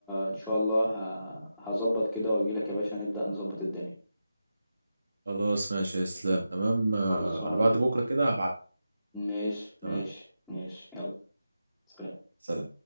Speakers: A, in the centre; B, on the right (about 55°).
A: إن شاء الله ه... هظبط كده وأجيلك يا باشا نبدأ نظبط الدنيا
B: خلاص ماشي يا اسلام تمام آه،
A: خلصان
B: على بعد بكره كده هبعت
A: ماشي ماشي
B: تمام
A: ماشي يلا سلام
B: سلام